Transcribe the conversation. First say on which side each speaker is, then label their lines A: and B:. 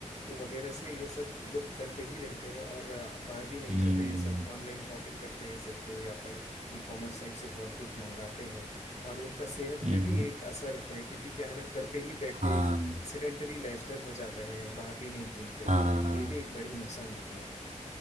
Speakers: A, on the left; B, on the right.
A: वगैरह से ये सब लोग घर पे ही रहते हैं और अ, बाहर भी नहीं
B: हम्म
A: जाते ये सब ऑनलाइन शॉपिंग करते हैं जेप्टो या फिर ई कॉमर्स साइट से बहुत कुछ मंगाते हैं और उनका सेहत
B: हम्म।
A: पे भी एक असर होता है क्योंकि क्या है ना घर पे ही बैठ
B: हाँ
A: के एक सेडेंटरी लाइफस्टाइल हो जाता है बाहर भी नहीं घूमते
B: हाँ
A: ये भी एक बड़ी नुकसान देखी है मैंने